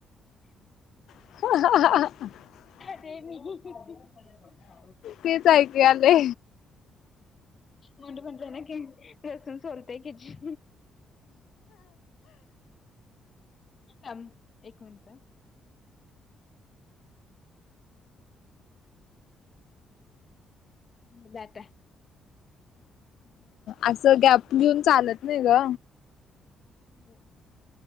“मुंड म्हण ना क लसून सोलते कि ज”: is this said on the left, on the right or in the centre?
Left